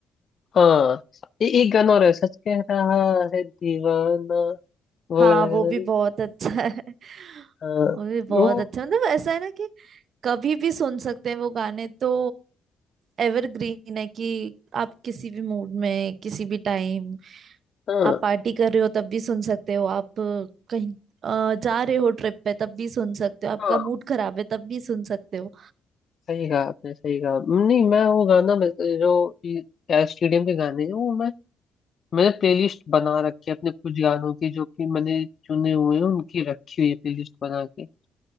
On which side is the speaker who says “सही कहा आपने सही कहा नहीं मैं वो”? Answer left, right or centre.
Left